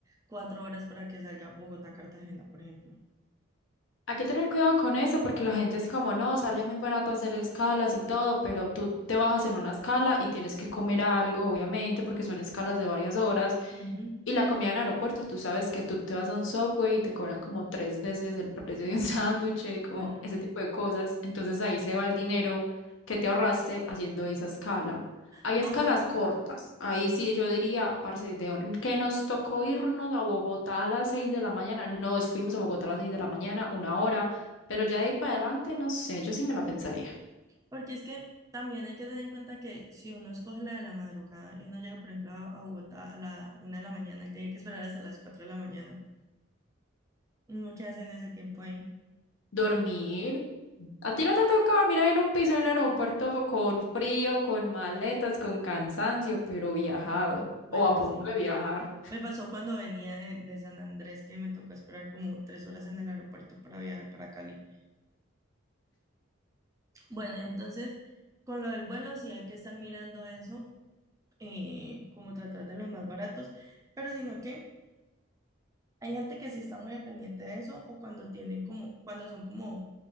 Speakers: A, on the right; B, on the left.
A: cuatro horas para que salga Bogotá-Cartagena, por ejemplo.
B: Hay que tener cuidado con eso porque la gente es como, no, sale muy barato hacer escalas y todo, pero tú te bajas en una escala y tienes que comer algo, obviamente, porque son escalas de varias horas.
A: Ujú,
B: Y la comida en aeropuertos, tú sabes que tú te vas a un Subway y te cobran como tres veces el precio de un <laughs> sándwich, como
A: Bueno,
B: ese
A: sí.
B: tipo de cosas. Entonces ahí se va el dinero que te ahorraste haciendo esa escala. Hay
A: No,
B: escalas cortas. Ahí sí yo diría, parce, de on- que nos tocó irnos a Bogotá a las 6 de la mañana. Nos fuimos a Bogotá a las 6 de la mañana, una hora. Pero ya de ahí para adelante, no sé, yo sí me la pensaría.
A: porque es que también hay que tener en cuenta que si uno escoge la de la madrugada y uno llega, por ejemplo, a, a Bogotá a la una de la mañana y tiene que esperar hasta las cuatro de la mañana, uno que hace en ese tiempo ahí.
B: Dormir. ¿A ti no te toca dormir ahí en un piso en un aeropuerto con frío, con maletas, con cansancio, pero viajado
A: Bueno,
B: o a punto
A: sí.
B: de viajar?
A: Me pasó cuando venía de, de San Andrés que me tocó esperar como tres horas en el aeropuerto para viajar para Cali. Bueno, entonces, con lo del vuelo sí hay que estar mirando eso, eh, como tratar de los más baratos, pero sino que hay gente que sí está muy al pendiente de eso o cuando tienen como, cuando son como